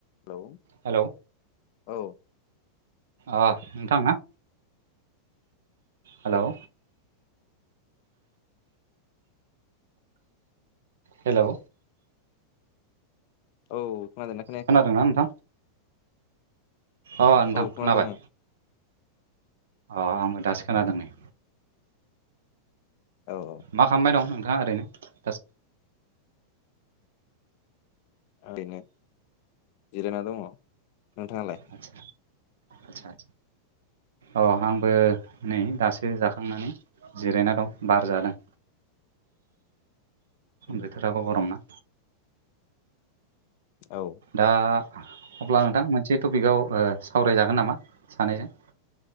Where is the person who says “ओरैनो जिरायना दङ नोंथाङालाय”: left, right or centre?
Left